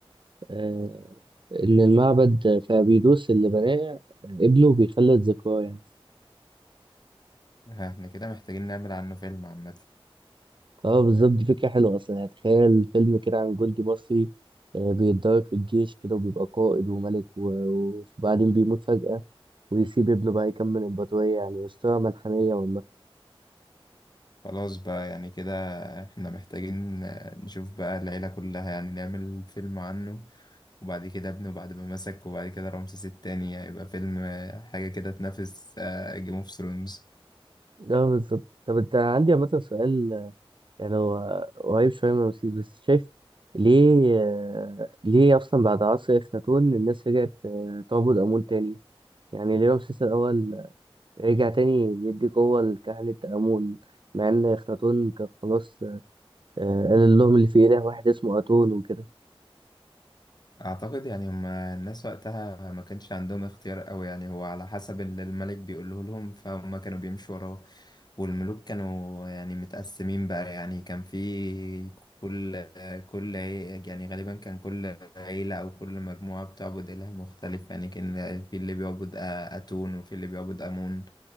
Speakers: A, on the right; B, on the left.
A: آه، إن المعبد في أبيدوس اللي بناه آه، ابنه بيخلد ذكراه يعني.
B: ها، احنا كده محتاجين نعمل عنه فيلم عامة
A: اه بالظبط دي فكرة حلوة أصلا يعني تخيل فيلم كده عن جندي مصري آه، بيتدرب في الجيش كده وبيبقى قائد وملك و- وبعدين بيموت فجأة ويسيب ابنه بقى يكمل الإمبراطورية يعني أسطورة ملحمية والله
B: خلاص بقى يعني كده احنا محتاجين نشوف بقى العيلة كلها يعني نعمل فيلم عنه وبعد كده ابنه بعد ما مسك وبعد كده رمسيس التاني هيبقى فيلم حاجة كده تنافس جيم اوف ثرونز
A: اه بالظبط طب أنت عندي عامة سؤال آه، يعني هو قريب شوية من رمسيس بس شايف ليه آه، ليه أصلا بعد عصر إخناتون الناس رجعت آه، تعبد آمون تاني يعني ليه رمسيس الأول رجع تاني يدي قوة لكهنة آمون مع إن إخناتون كان خلاص آه، قال لهم اللي في إله واحد اسمه أتون وكده
B: اعتقد يعني هم الناس وقتها ما كانش عندهم اختيار قوي يعني هو على حسب اللي الملك بيقوله لهم فهم كانوا بيمشوا وراه والملوك كانوا يعني متقسمين بقى يعني كان في كل كل عي- يعني غالبا كان كل عيلة او كل مجموعة بتعبد اله مختلف يعني كان في اللي بيعبد اتون وفي اللي بيعبد امون